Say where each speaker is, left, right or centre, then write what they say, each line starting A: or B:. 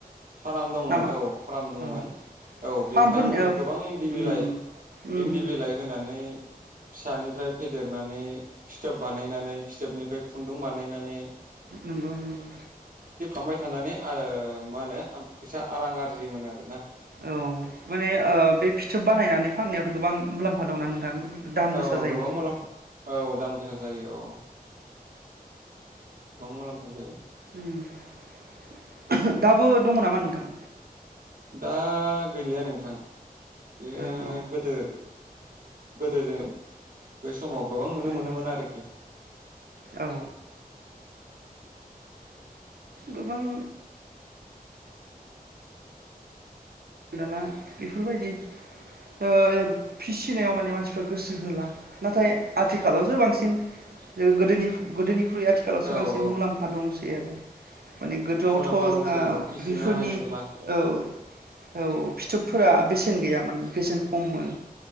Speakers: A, on the right; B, on the right.
A: फाराम दंमोन
B: नामा
A: औ फाराम दंमोन
B: औ
A: औ बेवहाय
B: फार्मफोरनि
A: माने
B: ओ उम
A: गोबां इन्दि बिलाइ
B: उम
A: इन्दि
B: उम
A: बिलाइ होनानै फिसानिफ्राय फेदेरनानै फिथोब बानायनानै फिथोबनिफ्राय खुन्दुं बानायनानै
B: नंगौ नंगौ।
A: बाय थानानै आओ मा होनो फैसा आ रां आरजियोमोन आरो ना।
B: औ माने ओ बे फिथोब बानायनानै फाननायावथ गोबां मुलाम्फा दंना नोंथां। दाम
A: औ
B: गोसा जायो
A: गोबां
B: बहुद
A: मुलाम्फा औ दाम गोसा जायो औ गोबां मुलाम्फा जायो।
B: उम दाबो दंङ नामा नोंथां?
A: दा गैलिया नोंथां। इयो
B: औ औ
A: गोदो गोदो जों बेस समाव गोबां नुनो
B: नंगौ
A: मोनोमोन आरोखि
B: औ गोबां दाना बेफोरबायदि ओ ए फिसिनायाव माने मानसिफ्रा गोसो होला, नाथाय आथिखालावसो बांसिन गोदोनि गोदोनि ख्रुइ आथिखालावसो
A: औ
B: बांसिन
A: औ
B: मुलाम्फा दं थिगानो माने गोदोआवथ
A: मुलाम्फा दंसै
B: जोङा
A: औ फिसिनो
B: बिफोरनि
A: हायोब्ला
B: औ औ फिथोबफोरा बेसेन गैयामोन बेसेन खममोन